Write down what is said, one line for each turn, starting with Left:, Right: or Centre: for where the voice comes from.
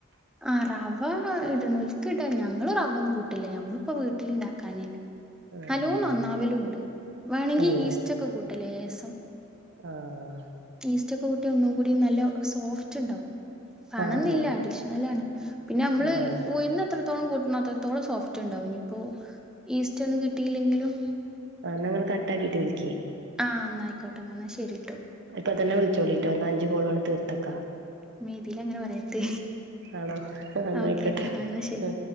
Centre: ആഹ് റവ ഇടുന്നോൽക്ക് ഇടാ ഞങ്ങള് റവ ഒന്നും കൂട്ടലില്ല ഞമ്മളിപ്പോ വീട്ടിലിണ്ടാക്കാനല്ലേ
Right: ആഹ്
Centre: നല്ലോം നന്നാവലും ഉണ്ട് വേണെങ്കി
Right: തന്നെ
Centre: ഈസ്റ്റൊക്കെ കൂട്ടാ ലേശം
Right: ആഹ്
Centre: ഈസ്റ്റക്കെ കൂട്ടിയാ ഒന്നും കൂടി നല്ല സോഫ്റ്റ് ഉണ്ടാവും മാണന്നില്ല
Right: ആഹ് അതന്നെ
Centre: അഡീഷണലാണ് പിന്നെ നമ്മള്
Right: ആഹ്
Centre: ഉഴുന്നെത്ര എത്രത്തോളം കൂട്ട്ണോ അത്രത്തോളം സോഫ്റ്റ് ഉണ്ടാവും ഇനി ഇപ്പോ ഈസ്റ്റ് ഒന്നും കിട്ടിയില്ലെങ്കിലും
Right: ആ ന്നാ ഇങ്ങള് കട്ടാക്കീട്ട് വിളിക്ക്
Centre: ആ ന്നാ ആയിക്കോട്ടെ എന്നാൽ ശരി
Right: ഇപ്പൊതന്നെ വിളിച്ചോളിട്ടോ എന്നാ അഞ്ച് കോളങ്ങ് തീർത്ത് വെക്കാ
Centre: മ്മേ ഇതിൽ അങ്ങനെ പറയരുത്
Right: ആണോ എന്നായിക്കോട്ടെ
Centre: ഓക്കെ ആഹ് ആഹ് എന്നാ ശരി
Right: ഉം